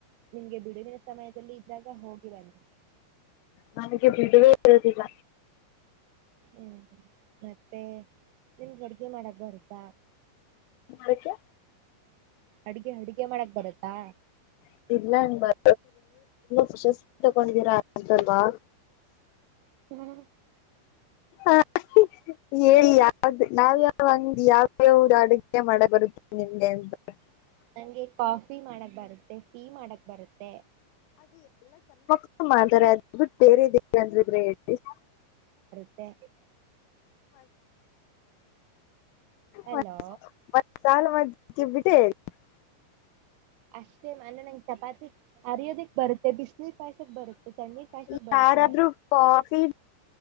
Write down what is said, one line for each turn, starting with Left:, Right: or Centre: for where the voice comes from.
Right: ನಿಮಗೆ ಬಿಡುವಿನ ಸಮಯದಲ್ಲಿ ಇದ್ದಾಗ ಹೋಗುತ್ತಿರಾ. <inaudible>
Left: ನನಗೆ ನಿದ್ದೆನೆ ಬರೋದಿಲ್ಲ.
Right: ಉಮ್, ಮತ್ತೆ ನಿಮ್ಮಗೆ ಅಡುಗೆ ಮಾಡಕ ಬರುತ್ತ?
Left: ಅದಕ್ಕೆ
Right: ಅಡುಗೆ ಅಡುಗೆ ಮಾಡಕ ಬರುತ್ತಾ?
Left: <unintelligible> ಪ್ರಶಸ್ತಿ ತಗೊಂಡಿದ್ದೀರ ಅಲ್ವಾ.
Right: ಉಮ್
Left: ಅಹ್, <unintelligible> ಹೇಳಿ ಯಾರದು ನಾವು. <unintelligible>
Right: ನಿನಗೆ ಕಾಫಿ ಮಾಡೋಕೆ ಬರುತ್ತೆ, ಟೀ ಮಾಡೋಕೆ ಬರುತ್ತೆ.
Left: <unintelligible> ಇದು ಕೊರಿಯಾ. <unintelligible>
Right: ಅಹ್ <inaudible> ಹಲೋ.
Left: ಮತ್- <unintelligible>
Right: ಅಷ್ಟೆ ಮಾಣನ್ ಚಪಾತಿ. <unintelligible> <inaudible> ಬರುತ್ತೆ
Left: <inaudible>
Right: ತಣ್ಣೀರ್ ಕಾಯ್ಸಕ್ ಬರುತ್ತೆ
Left: ಯಾರಾದರೂ. <unintelligible>